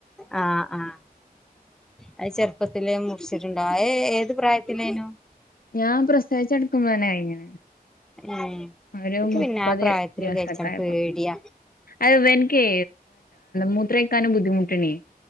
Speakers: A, in the centre; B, on the left.
A: ആഹ് ആഹ് അത് ചെറുപ്പത്തിലെ മുറിച്ചിട്ടുണ്ടാവും അത്ഏത് പ്രായത്തിലേനു
B: ഞാൻ പ്രസവിച്ച് കടുക്കുമ്പോ തന്നെ കഴിഞ്ഞ്ണ്
A: ഏഹ് ഇനിക്ക്
B: ഒരു മുപ്പത്
A: പിന്നെ ആ പ്രായത്തില്
B: ദിവസൊക്കെ
A: കഴിച്ചാൻ
B: ആയപ്പോ
A: പേടിയാ
B: അത് ഇവൻക്കേ മൂത്രൊയിക്കാനും ബുദ്ധിമുട്ടണേ